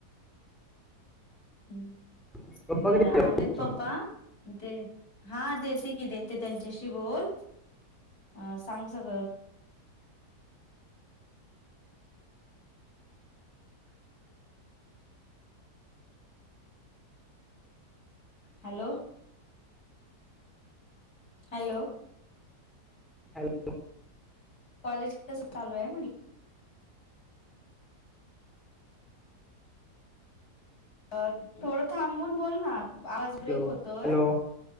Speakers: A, on the left; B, in the centre.
A: हम्म
B: पप्पा
A: बरं
B: कधी येतात?
A: आलेत. पप्पा दे हा देते की देते त्यांच्याशी बोल. आ सांग सगळ. हॅलो. हॅलो.
B: हॅलो.
A: कॉलेज कसं चालू आहे म्हणल? अ थोडं थांबून बोल ना? आवाज
B: हॅलो
A: ब्रेक होतोय.
B: हॅलो